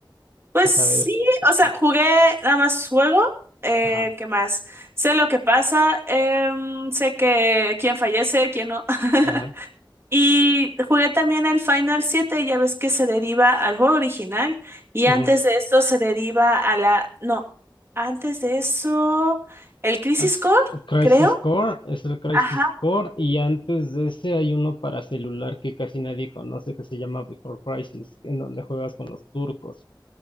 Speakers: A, on the right (about 30°); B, on the left (about 80°).
A: Pues
B: ¿O
A: sí,
B: sabes poquito?
A: o sea, jugué nada más juego, eh,
B: Ajá,
A: ¿qué más? Sé lo que pasa, em, sé que quién fallece, quién no. <laughs>
B: ajá.
A: Y jugué también el Final siete ya ves que se deriva al juego original y
B: ujú.
A: antes de esto se deriva a la... No, antes de eso, el Crisis
B: An-
A: Core,
B: Crisis
A: creo.
B: Core es el Crisis
A: Ajá,
B: Core y antes de ese hay uno para celular que casi nadie conoce que se llama Before Crisis, en donde juegas con los turcos.